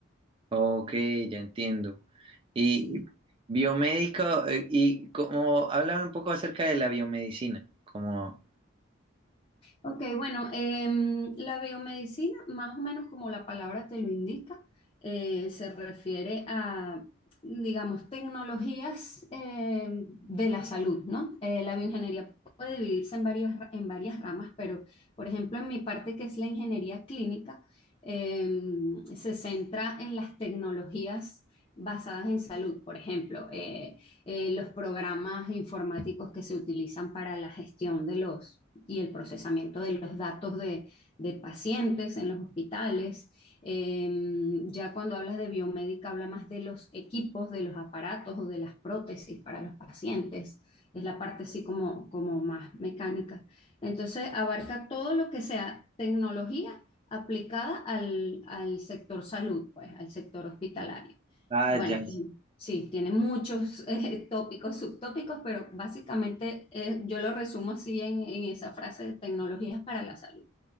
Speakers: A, on the right; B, on the left.
A: Ok, ya entiendo. Y
B: Sí.
A: biomédico, eh, y como, háblame un poco acerca de la biomedicina, como,
B: Ok, bueno, em, la biomedicina, más o menos como la palabra te lo indica, eh, se refiere a, digamos, tecnologías em, de la salud, ¿no? Eh, la bioingeniería puede dividirse en varios, ra- en varias ramas, pero, por ejemplo, en mi parte, que es la ingeniería clínica, em, se centra en las tecnologías basadas en salud, por ejemplo. eh, eh, los programas informáticos que se utilizan para la gestión de los y el procesamiento de los datos de, de pacientes en los hospitales. Eh, ya cuando hablas de biomédica, habla más de los equipos, de los aparatos o de las prótesis para los pacientes. Es la parte así como, como más mecánica. Entonces, abarca todo lo que sea tecnología aplicada al, al sector salud, pues, al sector hospitalario.
A: ah,
B: Bueno,
A: ya.
B: Sí, tiene muchos <laughs> eh, tópicos, subtópicos, pero básicamente eh, yo lo resumo así en, en esa frase de tecnologías para la salud.